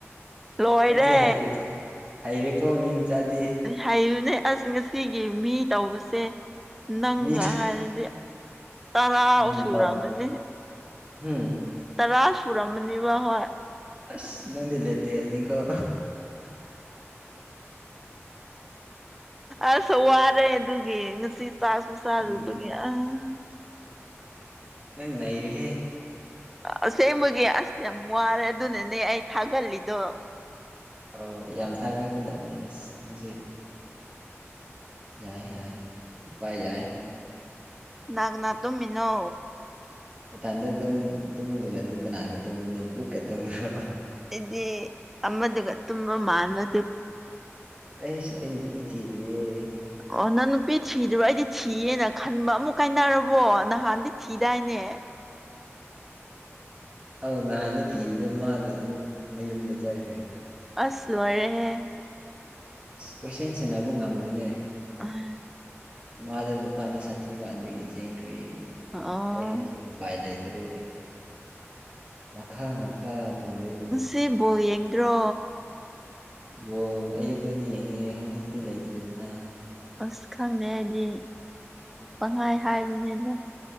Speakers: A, in the centre; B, on the right.
A: ꯂꯣꯏꯔꯦ꯫
B: ꯅꯪꯁꯦ ꯍꯩꯔꯦꯀꯣ ꯍꯩꯔꯦꯀꯣ ꯃꯤ ꯃꯆꯥꯥꯗꯤ
A: ꯍꯩꯕꯅꯦ ꯑꯁ ꯉꯁꯤꯒꯤ ꯃꯤ ꯇꯧꯕꯁꯦ꯫ ꯅꯪꯒ
B: ꯃꯤ
A: ꯍꯥꯏꯔꯗꯤ ꯇꯔꯥ
B: ꯎꯝ
A: ꯁꯨꯔꯝꯃꯅꯤ
B: ꯇꯧ ꯍꯨꯝ
A: ꯇꯔꯥ ꯁꯨꯔꯝꯃꯅꯤꯕ ꯍꯣꯏ
B: ꯑꯁ ꯅꯪꯗꯤ ꯂꯦꯇꯦꯁ ꯅꯤꯀꫭ
A: ꯑꯁ ꯋꯥꯔꯦ ꯑꯗꯨꯒꯤ ꯉꯁꯤ ꯆꯥꯛꯁꯨ ꯆꯥꯗꯕꯒꯤ
B: ꯎꯝ
A: ꯑꯥ
B: ꯅꯪ ꯅꯩꯔꯦꯍꯦ
A: ꯑꯁꯦꯡꯕꯒꯤ ꯑꯁ ꯌꯥꯝ ꯋꯥꯔꯦ ꯑꯗꯨꯅꯅꯦ ꯑꯩ ꯊꯥꯒꯂꯤꯗꯣ꯫
B: ꯑꯥꯎ ꯌꯥꯝ ꯊꯥꯒꯠꯀꯗꯥꯕꯅꯦ ꯑꯁ ꯅꯪꯁꯤ ꯌꯥꯏ ꯌꯥꯏ ꯏꯄꯥ ꯌꯥꯏ
A: ꯀꯅꯥ ꯀꯅꯥ ꯇꯨꯝꯃꯤꯅꯣ
B: ꯏꯊꯟꯗꯥ ꯇꯨꯝ ꯇꯨꯝꯗ꯭ꯔꯥꯗꯤ ꯀꯅꯥꯒ ꯇꯨꯝꯒꯅꯤ ꯕꯨꯛꯀ ꯇꯨꯝꯃꯨꯔꫭ
A: ꯑꯩꯗꯤ ꯑꯃꯗꯨꯒ ꯇꯨꯝꯕ ꯃꯥꯟꯕꯥ
B: ꯑꯩꯁ ꯑꯩ ꯅꯨꯄꯤ ꯊꯤꯗ꯭ꯔꯤꯌꯦ꯫
A: ꯑꯣ ꯅꯪ ꯅꯨꯄꯤ ꯊꯤꯗ꯭ꯔꯤꯕꯣ ꯑꯩꯗꯤ ꯊꯤꯌꯦꯅ ꯈꯟꯕ ꯑꯃꯨꯛ ꯀꯥꯏꯅꯔꯕꯣ ꯅꯍꯥꯟꯗꯤ ꯊꯤꯗꯥꯏꯅꯦ꯫
B: ꯑꯥꯎ ꯅꯍꯥꯟꯅ ꯊꯤꯔꯤꯗꯣ ꯃꯥꯅ ꯑꯃꯨꯛ ꯃꯌꯨꯝꯗ ꯆꯠꯈ꯭ꯔꯦ꯫
A: ꯑꯁ ꯂꯣꯏꯔꯦꯍꯦ
B: ꯀꯣꯏꯁꯦꯟ ꯁꯦꯟꯅꯕ ꯉꯝꯗꯨꯏꯅꯦ꯫
A: <inaudible>
B: ꯃꯥꯗꫭ ꯅꯨꯄꯥꯗꯥ ꯁꯥꯊꯤꯕ ꯑꯗꯨꯒꯤ ꯆꯦꯟꯈ꯭ꯔꯦ
A: ꯑꯣ
B: ꯑꯩ ꯍꯧꯖꯤꯛ ꯎꯄꯥꯏ ꯂꯩꯇ꯭ꯔꯦ ꯋꯥꯈꯜ ꯉꯥꯛꯇ ꯇꯧꯔꯦ꯫
A: ꯁꯤ ꯕꯣꯜ ꯌꯦꯡꯗ꯭ꯔꯣ꯫
B: ꯕꯣꯜ ꯑꯌꯨꯛꯇꯗꯤ ꯌꯦꯡꯉꯦ ꯍꯧꯖꯤꯛꯇꯤ ꯂꯩꯇ꯭ꯔꯦꯗꯅ꯫
A: ꯑꯁ ꯈꯪꯗꯦ ꯑꯩꯗꯤ
B: ꯎꯝ
A: ꯄꯪꯍꯥꯏ ꯍꯥꯏꯕꯅꯤꯅ